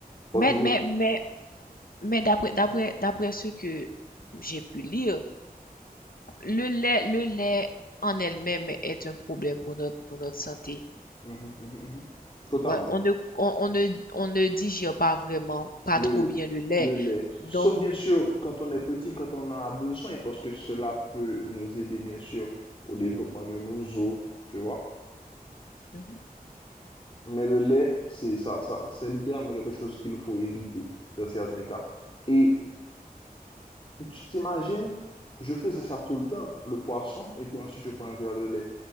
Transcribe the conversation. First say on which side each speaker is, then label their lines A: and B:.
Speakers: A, on the left; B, on the left.
A: Parce
B: Mais,
A: que,
B: mais, mais. Mais d'après, d'après, d'après ce que j'ai pu lire, le lait, le lait en elle-même est un problème pour notre, pour notre santé.
A: Mhm, mhm, mhm. mhm, totalement,
B: Ouais, on ne, on, on ne, on ne digère pas vraiment, pas
A: le,
B: trop bien le lait.
A: le lait,
B: Donc,
A: sauf bien sûr quand on est petit, quand on en a besoin, parce que cela peut nous aider bien sûr au développement de nos os, tu vois.
B: Mhm,
A: Mais le lait, c'est ça, ça, c'est littéralement quelque chose qu'il faut éviter dans certains cas. Et tu t'imagines, je faisais ça tout le temps, le poisson, et puis ensuite je prends un verre de lait.